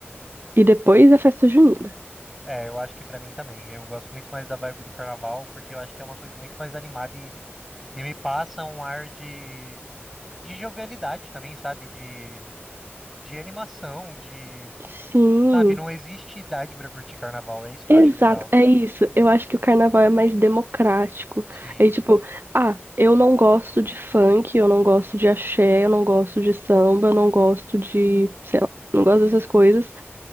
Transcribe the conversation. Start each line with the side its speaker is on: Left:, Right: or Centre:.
Right: E depois a festa junina.
Centre: É, eu acho que pra mim também. Eu gosto muito mais da vibe do carnaval, porque eu acho que é uma coisa muito mais animada e, e me passa um ar de, de jovialidade também, sabe? De, de animação, de,
Right: Sim,
Centre: sabe? Não existe idade pra curtir carnaval, é isso que
Right: exato,
Centre: eu acho legal.
Right: é isso. Eu acho que o carnaval é mais democrático.
Centre: Sim,
Right: Aí, tipo, ah, eu não gosto de funk, eu não gosto de axé, eu não gosto de samba, eu não gosto de, sei lá, não gosto dessas coisas.